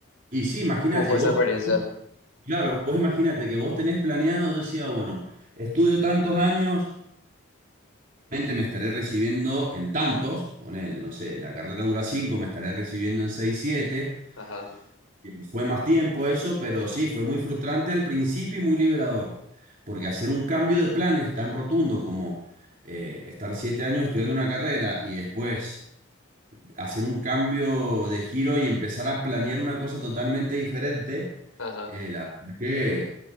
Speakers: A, on the right; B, on the left.
A: y sí, imagínate,
B: ¿cómo fue
A: vos
B: esa experiencia?
A: Claro, vos imagínate que vos tenés planeado, yo decía, bueno, estudio tantos años, mente me estaré recibiendo en tantos, ponele, no sé, la carrera dura cinco, me estaré recibiendo en seis, siete,
B: Ajá,
A: que fue más tiempo eso, pero sí, fue muy frustrante al principio y muy liberador, porque hacer un cambio de planes tan rotundo como eh, estar siete años estudiando una carrera y después hacer un cambio de giro y empezar a planear una cosa totalmente diferente.
B: ajá,
A: Eh, la verdad que